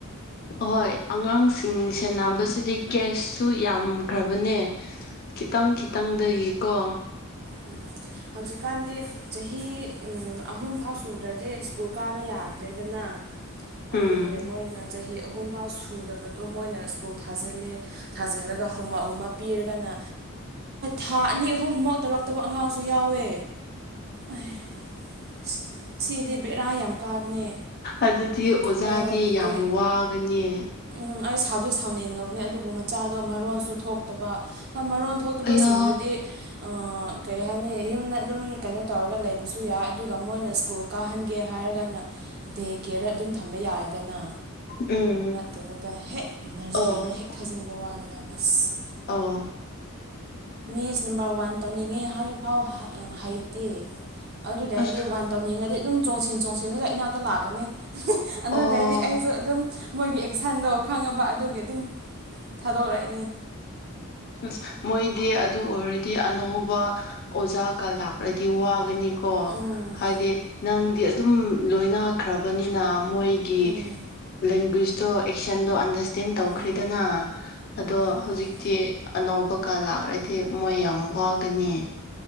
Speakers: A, on the left (about 45°); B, on the right (about 45°).
A: ꯑꯍꯣꯏ ꯑꯉꯥꯡꯁꯤꯡ ꯁꯦꯟꯅꯕꯁꯤꯗꯤ ꯀꯦꯁꯁꯨ ꯌꯥꯝꯈ꯭ꯔꯕꯅꯦ ꯈꯤꯇꯪ ꯈꯤꯇꯪꯗꯒꯤꯀꯣ
B: ꯎꯝ ꯍꯧꯖꯤꯛꯀꯥꯟꯗꯤ ꯆꯍꯤ ꯎꯝ ꯑꯍꯨꯝ ꯐꯥꯎ ꯁꯨꯗ꯭ꯔꯗꯤ ꯁ꯭ꯀꯨꯜ ꯀꯥꯕ ꯌꯥꯗ꯭ꯔꯦꯗꯅ
A: ꯎꯝ
B: ꯑꯗꯨꯒꯤ ꯃꯣꯏꯅ ꯆꯍꯤ ꯑꯍꯨꯝ ꯐꯥꯎ ꯁꯨꯗꯕꯗꯣ ꯃꯣꯏꯅ ꯁ꯭ꯀꯨꯜ ꯊꯥꯖꯤꯜꯂꯦ ꯊꯥꯖꯤꯜꯂꯒ ꯍꯣꯝꯋꯥꯛꯀꯨꯝꯕ ꯑꯃ ꯄꯤꯔꯒꯅ ꯊꯥ ꯑꯅꯤ ꯑꯍꯨꯝꯝꯨꯛ ꯇꯧꯔꯛꯇꯕ ꯑꯉꯥꯡꯁꯨ ꯌꯥꯎꯋꯦ ꯑꯩ ꯑꯁ ꯁꯤꯗꯤ ꯕꯦꯔꯥ ꯌꯥꯝ ꯀꯥꯕꯅꯦ
A: ꯑꯗꯨꯗꯤ ꯑꯣꯖꯥꯗꯤ
B: ꯑꯩꯈꯣꯏ ꯂꯣꯝꯗꯗꯤ
A: ꯌꯥꯝ ꯋꯥꯒꯅꯤ
B: ꯎꯝ ꯑꯩ ꯁꯥꯎꯗꯤ ꯁꯥꯎꯅꯤꯡꯉꯕꯅꯤ ꯑꯗꯨꯕꯨ ꯃꯆꯥꯗꯣ ꯃꯔꯣꯟꯁꯨ ꯊꯣꯛꯇꯕ ꯃꯔꯣꯟ ꯊꯣꯛꯇꯕꯁꯤꯡꯗꯨꯗꯤ
A: ꯑꯌꯥ
B: ꯑꯥ ꯀꯩ ꯍꯥꯏꯅꯤ ꯌꯨꯝꯗ ꯑꯗꯨꯝ ꯀꯩꯅꯣ ꯇꯧꯔꯒ ꯂꯩꯕꯁꯨ ꯌꯥ ꯑꯗꯨꯒ ꯃꯣꯏꯅ ꯁ꯭ꯀꯨꯜ ꯀꯥꯍꯟꯒꯦ ꯍꯥꯏꯔꯒꯅ ꯗꯦ ꯀꯦꯌꯔꯗ ꯑꯗꯨꯝ ꯊꯝꯕ ꯌꯥꯔꯦꯗꯅ
A: ꯎꯝ
B: ꯐꯠꯇꯕꯗ ꯍꯦꯛ ꯅꯔꯖꯔꯤꯗ
A: ꯑꯣ
B: ꯍꯦꯛ ꯊꯥꯖꯤꯟꯕ ꯋꯥꯅꯤꯗ ꯑꯁ
A: ꯑꯣ
B: ꯃꯦꯁꯦ ꯅꯝꯕꯔ ꯋꯥꯟ ꯇꯧꯅꯤꯡꯉꯦ ꯍꯥꯏꯕ ꯐꯥꯎ ꯍꯩꯇꯦ ꯑꯗꯨꯗꯗꯤ
A: ꯑꯁ
B: ꯋꯥꯟ ꯇꯧꯅꯤꯡꯉꯗꯤ ꯑꯗꯨꯝ ꯆꯣꯡꯁꯤꯟ ꯆꯣꯡꯁꯤꯜꯂꯒ ꯏꯅꯥꯛꯇ ꯂꯥꯛꯀꯅꯤ ꯑꯗꯨꯗꯩꯗꯤ
A: ꯑꯣ
B: ꯑꯩꯁꯨ ꯑꯗꯨꯝ ꯃꯣꯏꯒꯤ ꯑꯦꯛꯁꯟꯗꯣ ꯈꯪꯉꯕ ꯑꯗꯨꯒꯤ ꯑꯗꯨꯝ ꯊꯥꯗꯣꯔꯛꯏꯅꯤ
A: ꯑꯁ ꯃꯣꯏꯗꯤ ꯑꯗꯨ ꯑꯣꯏꯔꯗꯤ ꯑꯅꯧꯕ ꯑꯣꯖꯥꯒ ꯂꯥꯛꯂꯗꯤ ꯋꯥꯒꯅꯤ ꯀꯣ
B: ꯎꯝ
A: ꯍꯥꯏꯗꯤ ꯅꯪꯗꯤ ꯑꯗꯨꯝ ꯂꯣꯏꯅꯈ꯭ꯔꯕꯅꯤꯅ ꯃꯣꯏꯒꯤ
B: ꯎꯝ
A: ꯂꯦꯡꯒꯨꯏꯁꯇꯣ ꯑꯦꯛꯁꯟꯗꯣ ꯑꯟꯗꯔꯁ ꯇꯦꯟ ꯇꯧꯈ꯭ꯔꯤꯗꯅ
B: ꯎꯝ
A: ꯑꯗꯣ
B: ꯍꯣꯏ
A: ꯍꯧꯖꯤꯛꯇꯤ ꯑꯅꯧꯕꯀꯥ ꯂꯥꯛꯔꯗꯤ ꯃꯣꯏ ꯌꯥꯝ ꯋꯥꯒꯅꯤ